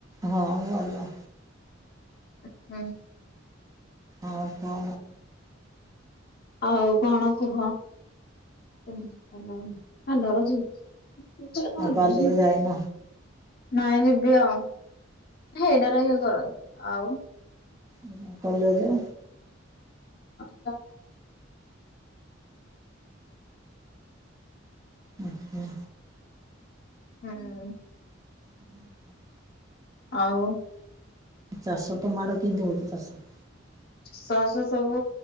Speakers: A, on the right; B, on the left.
A: ହଁ ଭଲ।
B: ଉଁ- ହୁଁ।
A: ଆଉ କଣ?
B: ଆଉ କଣ କୁହ? <unintelligible> <unintelligible>
A: ଆଉ ପାର୍ଲର ଯାଇନ
B: ନାଇଁ ଯିବି ଆଉ, ସେଇଟାରେ ଇଏ କର ଆଉ
A: ହୁଁ କଲେଜ।
B: ହ <inaudible>
A: ହୁଁ -ହୁଁ।
B: ହୁଁ।
A: ହୁଁ -ହୁଁ।
B: ଆଉ।
A: ଚାଷ ତମ ଆଡ଼େ କେମିତି ହଉଚି, ଚାଷ?
B: ଚାଷ ବାସ ସବୁ